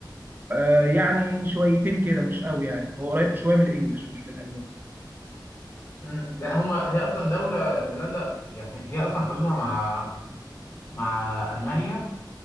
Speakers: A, on the right (about 25°); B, on the left (about 30°).
A: آه يعني شويتين كده مش قوي يعني هو قريب شويه من الانجليش
B: مم.
A: مش من الالماني
B: مم. لا هما هي اصلا دوله هولندا يعني هي اصلا حدودها مع مع المانيا